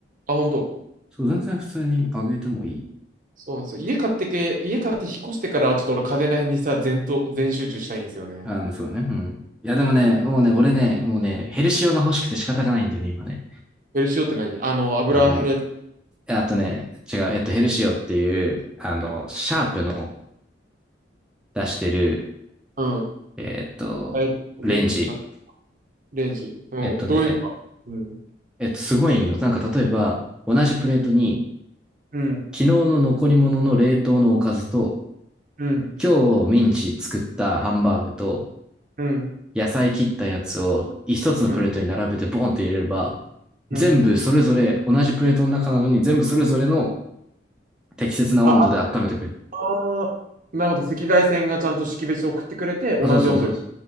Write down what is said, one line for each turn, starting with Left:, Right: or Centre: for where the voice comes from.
Right: あ、本当。
Centre: そう、全然普通にあげてもいい。
Right: そうなんですよ。家買ってけ、家買って引っ越してからはちょっと俺家電ら辺にさ、全と、全集中したいんですよね。
Centre: あの、そうね。うん。いや、でもね、
Right: うん。
Centre: もうね、俺ね、もうね、ヘルシオが欲しくて仕方がないんだよね、今ね。
Right: ヘルシオって何あの、油減るやつ。
Centre: あの、あとね、違う、えっと、ヘルシオっていう、あの、シャープの出してる、
Right: うん。
Centre: えっと、
Right: あれ系な、
Centre: レンジ。
Right: レンジ。うん。
Centre: えっとね、
Right: どういうのか。
Centre: え
Right: うん。
Centre: えっと、すごいんよ。なんか、例えば、同じプレートに、
Right: うん。
Centre: 昨日の残り物の冷凍のおかずと、
Right: うん。
Centre: 今日ミンチ作ったハンバーグと、
Right: うん。
Centre: 野菜切ったやつを一つのプレートに並べてボンって入れれば、
Right: うん。うん。
Centre: 全部それぞれ同じプレートの中なのに全部それぞれの適切な温度で温めてくれる。
Right: あ、あのーなるほど。赤外線がちゃんと識別送ってくれて、同じ温度に。
Centre: あ、そうそうそう